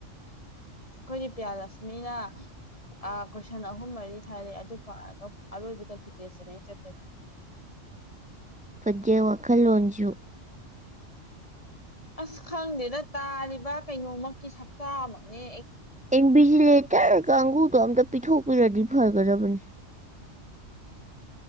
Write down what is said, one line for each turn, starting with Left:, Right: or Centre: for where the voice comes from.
Left: ꯑꯩꯈꯣꯏ ꯄꯤꯌꯥ ꯂꯛꯁꯃꯤꯅ ꯑꯥ ꯀꯣꯏꯁꯟ ꯑꯍꯨꯝ ꯃꯔꯤ ꯊꯥꯔꯛꯑꯦ ꯑꯗꯨ ꯄꯥꯔꯒ ꯑꯔꯣꯏꯕ ꯀꯟꯐꯤꯗꯦꯁꯇꯅꯤ ꯑꯩꯅ ꯆꯠꯇꯣꯏꯁꯦ
Centre: ꯐꯡꯖꯩ ꯋꯥꯈꯜꯂꯣꯟꯖꯨ
Left: ꯑꯁ ꯈꯪꯗꯦꯗ ꯇꯥꯔꯤ ꯀꯩꯅꯣꯃꯛꯀꯤ ꯁꯛꯇꯃꯛꯅꯦ
Centre: ꯑꯦꯟꯕꯤꯖꯤꯂꯦꯇꯔ ꯀꯪꯒꯨꯗ ꯑꯝꯇ ꯄꯤꯊꯣꯛ ꯄꯤꯔꯥꯗꯤ ꯐꯔꯒꯗꯕꯅꯤ